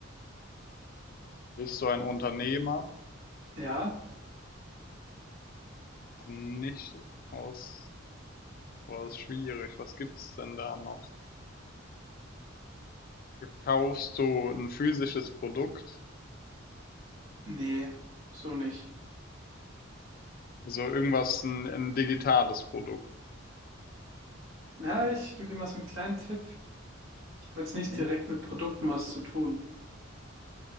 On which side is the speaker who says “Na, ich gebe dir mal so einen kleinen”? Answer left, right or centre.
Right